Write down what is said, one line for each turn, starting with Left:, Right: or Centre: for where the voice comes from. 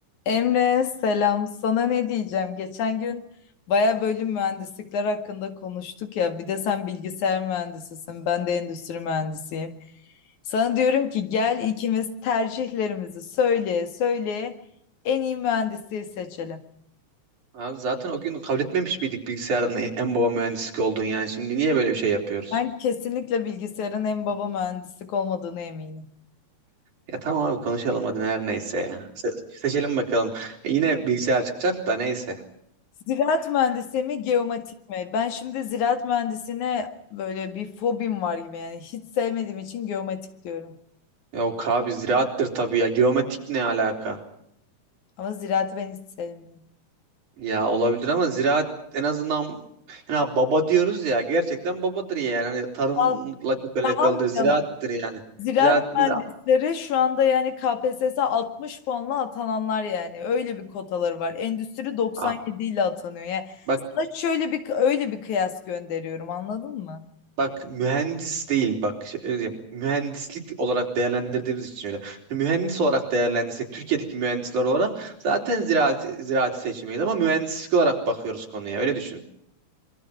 Left: Emre selam. Sana ne diyeceğim? Geçen gün baya bölüm mühendislikler hakkında konuştuk ya. Bir de sen bilgisayar mühendisisin. Ben de endüstri mühendisiyim. Sana diyorum ki gel ikimiz tercihlerimizi söyleye söyleye en iyi mühendisliği seçelim.
Right: Abi zaten o gün kabul etmemiş miydik bilgisayarın en baba mühendislik olduğunu yani. Şimdi niye böyle bir şey yapıyoruz?
Left: Ben kesinlikle bilgisayarın en baba mühendislik olmadığını eminim.
Right: Ya tamam abi konuşalım hadi her neyse ya. Se- seçelim bakalım. E, yine bilgisayar çıkacak da neyse.
Left: Ziraat mühendisi mi, geomatik mi? Ben şimdi ziraat mühendisine böyle bir fobim var gibi yani hiç sevmediğim için geomatik diyorum.
Right: Yok abi ziraattır tabii ya. Geometrik ne alaka?
Left: Ama ziraatı ben hiç sevmiyorum.
Right: Ya olabilir ama ziraat en azından yani baba diyoruz ya gerçekten babadır yani. Hani tarımla
Left: Al,
Right: çok alakalıdır,
Left: tamam mı
Right: ziraattır
Left: canım?
Right: yani.
Left: Ziraat
Right: Biz, biz,
Left: mühendisleri şu anda yani KPSS 60 puanla atananlar yani. Öyle bir kotaları var. Endüstri 97
Right: Aa,
Left: ile atanıyor. Yani
Right: bak
Left: sana şöyle bir öyle bir kıyas gönderiyorum anladın mı?
Right: Bak mühendis değil bak şey- öyle diyeyim, mühendislik olarak değerlendirdiğimiz için öyle. Mühendis olarak değerlendirsek Türkiye'deki mühendisler olarak zaten ziraat ziraati seçmeyiz ama mühendislik olarak bakıyoruz konuya öyle düşün.